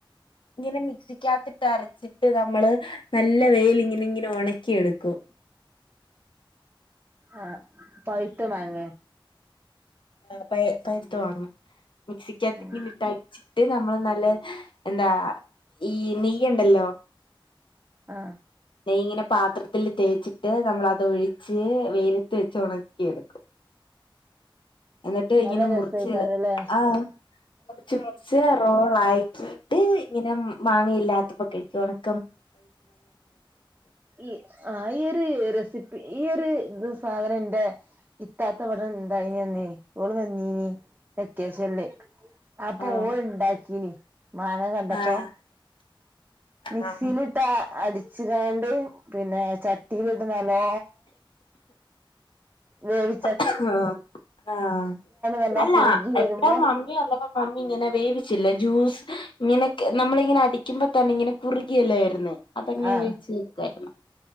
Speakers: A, on the left (about 65°); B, on the right (about 20°).
A: ഇങ്ങനെ മിക്സിക്കാത്തിട്ട് അരച്ചിട്ട് നമ്മള് നല്ല വെയ്ൽ ഇങ്ങനെ ഇങ്ങനെ ഉണക്കിെടുക്കും
B: ആഹ പൈത്ത മാങ്ങ
A: ആ പ പൈത്ത മാങ്ങ മിക്സിക്കത്ത
B: ഉം
A: ഇട്ടടിച്ചിട്ട് നമ്മള് നല്ല എന്താ ഈ നെയ ണ്ടല്ലോ
B: ആഹ്
A: നെയ്യ് ഇങ്ങനെ പാത്രത്തില്ൽ തേച്ചിട്ട് നമ്മള അത് ഒഴിച്ച് വെയിലത്ത് വെച്ച് ഉണക്കി എടുക്കും എന്നിട്ട് ഇങ്ങനെ
B: നല്ല രസേക്കാരല്ലേ
A: മുറിച്ചത് ആ മുറിച്ച് മുറിച്ച് റോൾ ആയിക്കിട്ട് ഇങ്ങനെ മാങ്ങയില്ലാത്തപ്പോ കഴിച്ചോണം
B: ഈ ആ ഒര് റെസിപ്പി ഈ സാധനം എന്റെ ഇത്താത്ത ഇവിട ഇണ്ടായിനിന്നി ഓള് വന്നീനി കേസല്ലി
A: ആഹ്
B: അപ്പൊ ഓൾഇണ്ടാക്കീന് മാങ്ങ കണ്ടപ്പോ
A: ആഹ് ആഹ്
B: മക്സിയിലിട്ട് അടിച്ചു കണ്ട് പിന്നെ ചട്ടിയിലിട്ട് നല്ലോ വേവി
A: ആഹ ആഹ
B: നല്ലോം
A: അല്ല
B: കുറുകി
A: ഇവിടെമമ്മിയൊള്ളപ്പ
B: വരുമ്പോ
A: മമ്മി ഇങ്ങനെ വേവിച്ചില്ല ജ്യൂസ് ഇങ്ങനെെ നമ്മളിങ്ങനെ അടിക്കുമ്പോ തന്നെ ഇങ്ങനെ കുറുകിയല്ലാ വരുന്നേ അതെങ്ങനെ
B: ആഹ്
A: വേവിച്ച് വെക്കായിരുന്നു